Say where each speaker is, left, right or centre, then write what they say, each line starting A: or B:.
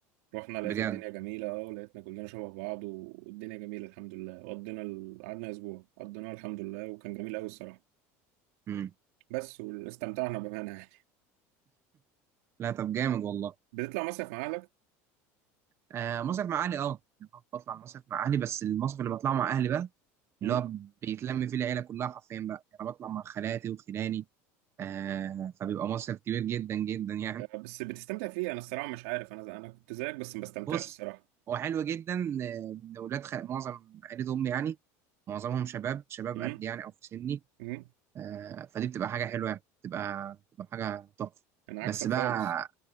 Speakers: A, on the right (about 80°); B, on the right (about 35°).
A: رحنا لقيت
B: بجد
A: الدنيا جميلة اه ولقيتنا كلنا شبه بعض والدنيا جميلة الحمد لله وقضينا ال... قعدنا أسبوع قضيناه الحمد لله وكان جميل أوي الصراحة
B: امم
A: بس واستمتعنا بأمانة يعني
B: لا طب جامد والله
A: بتطلع مصيف مع أهلك
B: آه مصيف مع اهلي اه يعني أنا بطلع مصيف مع اهلي بس المصيف اللي بطلعه مع اهلي بقى اللي
A: أمم.
B: هو بيتلم فيه العيله كلها حرفيا بقى يعني بطلع مع خالاتي وخلاني آه فبيبقى مصيف كبير جدا جدا يعني
A: ده- بس بتستمتع فيه أنا الصراحة مش عارف أنا أنا كنت زيك بس ما بستمتعش
B: بص
A: الصراحة
B: هو حلو جدا آه، ان ولاد خال... معظم عيله امي يعني معظمهم شباب شباب
A: أمم.
B: قد يعني او في سني
A: أمم.
B: آه، فدي بتبقى حاجة حلوة يعني بتبقى بتبقى حاجة تحفة
A: أنا
B: بس
A: عكسك
B: بقى
A: خالص